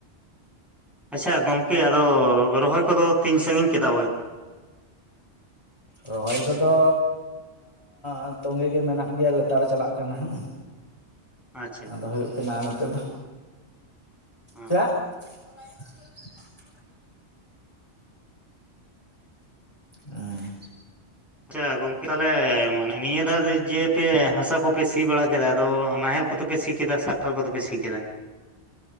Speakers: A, in the centre; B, on the left.
A: ᱟᱪᱪᱷᱟ ᱜᱚᱝᱠᱮ ᱟᱫᱚ ᱨᱚᱦᱚᱭ ᱠᱚᱫᱚ ᱛᱤᱧ ᱥᱟᱺᱜᱤᱧ ᱠᱮᱫᱟ ᱵᱚᱭ?
B: ᱨᱚᱦᱚᱭ ᱠᱚᱫᱚ ᱮᱻ ᱛᱚᱸᱜᱮ ᱜᱮ ᱢᱮᱱᱟᱜ ᱜᱮᱭᱟ ᱞᱮᱛᱟᱲ ᱪᱟᱞᱟᱜ ᱠᱟᱱᱟ ᱦᱩᱸ᱾
A: <inaudible> ᱟᱪᱪᱷᱟ
B: ᱟᱫᱚ ᱦᱩᱭᱩᱜ ᱠᱟᱱᱟ ᱱᱚᱛᱮ ᱫᱚ,
A: ᱦᱮᱸ
B: ᱪᱮᱫ? <unintelligible> ᱚᱸ᱾
A: ᱟᱪᱪᱷᱟ ᱜᱚᱝᱠᱮ ᱛᱟᱦᱞᱮ ᱢᱟᱱᱮ ᱱᱤᱭᱟᱹ ᱫᱷᱟᱣ ᱡᱮ ᱯᱮ ᱦᱟᱸᱥᱟ ᱠᱚᱯᱮ ᱥᱤ ᱵᱟᱲᱟ ᱠᱮᱫᱟ ᱟᱫᱚ ᱱᱟᱦᱮᱞ ᱠᱚᱛᱮ ᱯᱮ ᱥᱤ ᱠᱮᱫᱟ ᱥᱮ ᱴᱟᱠᱴᱟᱨ ᱠᱚᱛᱮ ᱯᱮ ᱥᱤ ᱠᱮᱫᱟ?